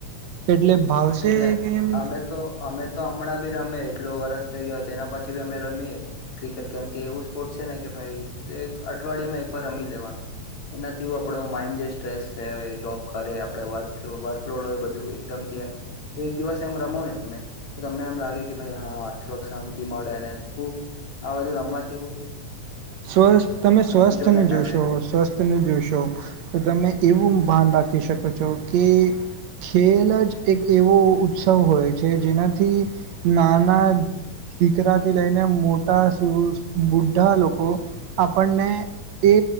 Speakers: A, on the right (about 70°); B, on the left (about 70°).
A: એટલે ભાવશે
B: એટલે
A: કે એમ
B: અમે તો અમે તો હમણાં ભી રમે એટલું વરસ થઇ ગ્યો. એના પછી બી અમે રમીએ ક્રિકેટ કેમ કે એવું સ્પોર્ટ છે ને કે ભાઈ એક અઠવાડિયેમાં એકવાર રમીજ લેવાનું એનાથી આપડો માઇન્ડ જે સ્ટ્રેસ છે, એ જોબ કરે આપડે વર્કલો વર્કલોડ હોય બધું એકદમ થી એમ એક દિવસ એમ રમો ને તમે તો તમને એમ લાગ કે કે ભાઈ હા, થોડોક શાંત થી મળે અને હું આ બધું રમત
A: સ્વસ્થ તમે સ્વસ્થ
B: એન્જોયમેન્ટ
A: તને જોશો
B: આવે
A: સ્વસ્થ તને જોશો તો તમને એવું ભાન રાખી શકો છો કે ખેલ જ એક એવો ઉત્સવ હોય છે, જેનાથી નાના દીકરાથી લઈને મોટા સુ બુઢ્ઢા લોકો આપણને એ